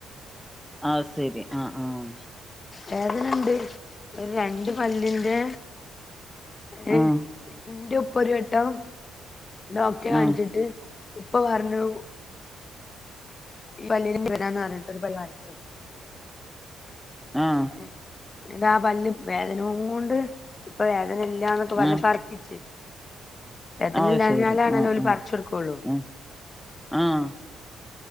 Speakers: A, in the centre; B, on the left.
A: ആഹ് ശരി ആഹ് ആഹ്
B: വേദനണ്ട് ഒരു രണ്ട് പല്ലിന്റെ ഏ
A: ആഹ്
B: ഇന്റെ ഉപ്പ ഒരു വട്ടം ഡോക്ടറെ കാണിച്ചിട്ട്
A: ആഹ്
B: ഉപ്പ പറഞ്ഞു ഇ പല്ലിന് <unintelligible> പർഞ്ട്ട് ഒരു പല്ല് ആൺച്ണ്
A: ആഹ്
B: ഉം ഇന്റാ ആ പല്ല് വേദനോണ്ട് ഇപ്പൊ വേദനല്ല്യാന്നൊക്കെ പർഞ്
A: ആഹ്
B: പർപ്പിച്ച് എദനില്ലാഞ്ഞാലാണല്ലോല്
A: അത് ശരി ആഹ് ആഹ്
B: പറച്ചെടുക്കോള്ളൂ
A: ആഹ് ആഹ്